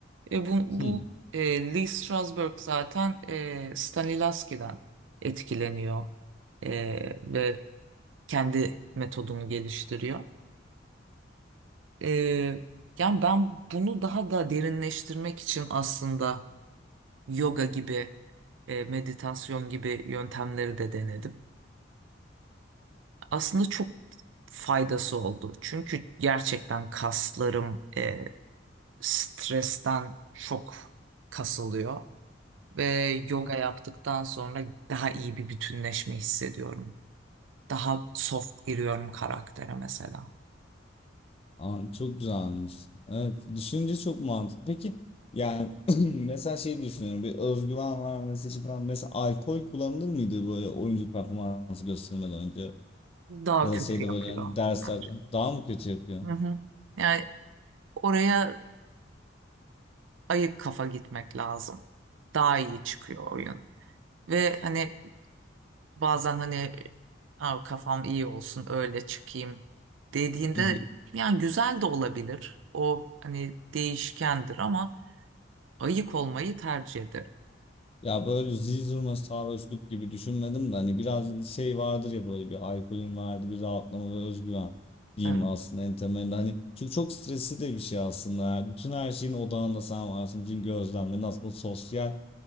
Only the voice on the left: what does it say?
<laughs>
Aa, çok güzelmiş. Evet, düşününce çok mantıklı. Peki yani <clears throat> mesela şey düşünüyorum bir özgüven vermesi için falan mesela alkol kullanılır mıydı böyle oyuncu performansı göstermeden önce
ya
da şeyde
böyle hani derslerde
daha mı kötü yapıyor?
<laughs>
Ya böyle zil zurna sarhoşluk gibi düşünmedim de hani biraz şey vardır ya böyle bir alkolün verdiği bir rahatlama ve özgüven diyeyim
aslında en temelinde hani çünkü çok stresli de bir şey aslında ya. bütün her şeyin odağında sen varsın bütün gözlemlerin aslında sosyal